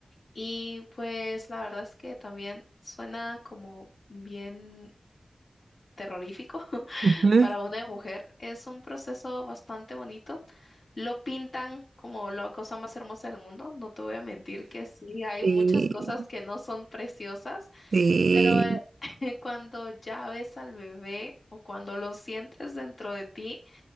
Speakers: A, on the left; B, on the right.
A: Y pues la verdad es que también suena como bien terrorífico <laughs>
B: Ujú.
A: para una mujer. Es un proceso bastante bonito. Lo pintan como la cosa más hermosa del mundo. No te voy a mentir que sí, hay
B: Y,
A: muchas cosas que no son preciosas
B: y
A: pero eh, <laughs> cuando ya ves al bebé o cuando lo sientes dentro de ti,